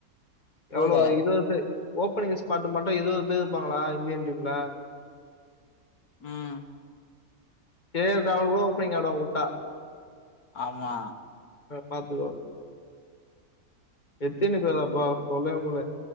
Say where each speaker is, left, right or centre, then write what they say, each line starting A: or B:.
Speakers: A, on the left; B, on the left.
A: புரியல
B: எவ்ளோ இருவது பேர் ஓப்பனிங் ஸ்பாட் மட்டு இருவது பேர் இருப்பாங்களா இந்தியன் டீம்ல
A: ம்
B: கே எல் ராகுல் கூட ஓப்பனிங் ஆடுவா வுட்டா
A: ஆமா
B: பாத்துகோ எத்தினி போரப்பா சொல்லவே முல்ல